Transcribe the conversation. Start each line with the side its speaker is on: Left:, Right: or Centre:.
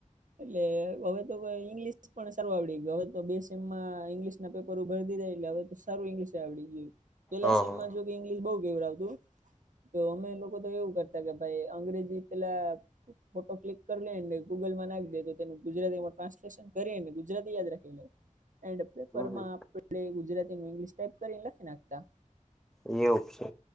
Right: એટલે હવે તો ઈંગ્લિશ પણ સારુ આવડી ગયુ હવે તો બે સેમમાં ઇંગ્લિશ પેપર ભરદીથા એટલે હવે તો સારું ઈંગ્લિશ આવડી ગયું પેલા
Centre: હ
Right: સેમમાં જો ઇંગ્શ બહુ કેવળાવતું. તો અમે લોકો તો એવું કરતા કે ભાઈ અંગ્રેજી પેલા ફોટો ક્લિક ને ગૂગલ માં નાખી દે તો તેનું ગુજરાતી માં ટ્રાન્સલેશન કરીએ ને ગુજરાતી યાદ રાખી લે. એન્ડ પેપર
Centre: હ
Right: માં આપણે ગુજરાતી ઇંગ્લિશ ટાઈપ કરીને લખી નાખતા.
Centre: એવું છે.